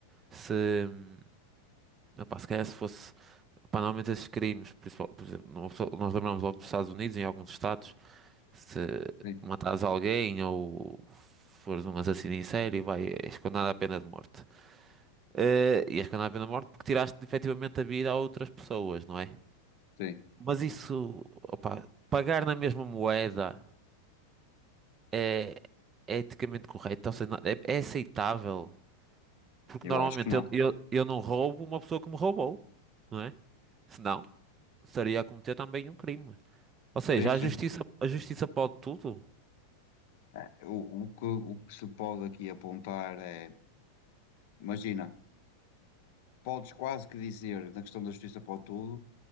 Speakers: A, on the right; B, on the left.
A: se, hum, opa, se calhar se fosse, opa, normalmente esses crimes, principal- por exemplo, nós lembramos logo dos Estados Unidos, em alguns estados, se
B: sim,
A: matares alguém ou fores um assassino em série, vai, és condenado à pena de morte. Eh, e és condenado à pena de morte porque tiraste efetivamente a vida a outras pessoas, não é?
B: sim.
A: Mas isso, opa, pagar na mesma moeda é, é eticamente correto, ou seja, não- é, é aceitável. Porque
B: Eu
A: normalmente
B: acho que não.
A: eu, eu, eu não roubo uma pessoa que me roubou, não é? Senão estaria a cometer também um crime. Ou seja,
B: Sim, sim.
A: a justiça, a justiça pode tudo.
B: É, o, o que, o que se pode aqui apontar é, imagina, podes quase que dizer, na questão da justiça para tudo,